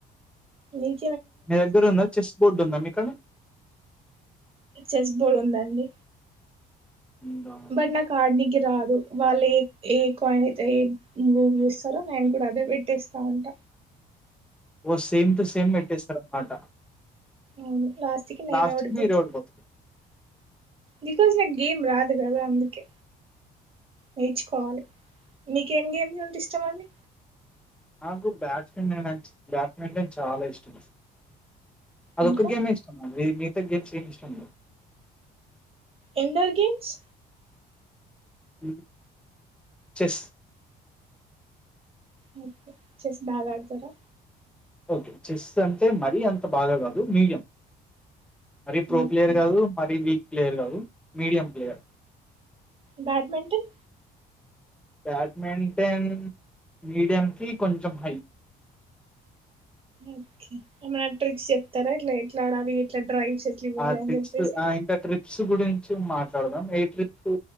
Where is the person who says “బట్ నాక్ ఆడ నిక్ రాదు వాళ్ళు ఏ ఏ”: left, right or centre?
Right